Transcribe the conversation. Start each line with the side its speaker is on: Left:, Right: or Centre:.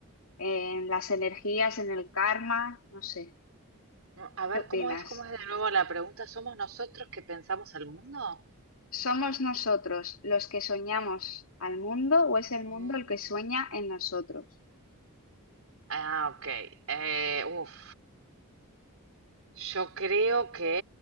Left: en las energías, en el karma, no sé.
Right: No, A ver
Left: ¿Qué opinas?
Right: cómo es, cómo es de nuevo la pregunta. ¿Somos nosotros que pensamos al mundo?
Left: ¿Somos nosotros los que soñamos al mundo o es el mundo
Right: Mm.
Left: el que sueña en nosotros?
Right: Ah, ok. Eh, uf, yo creo que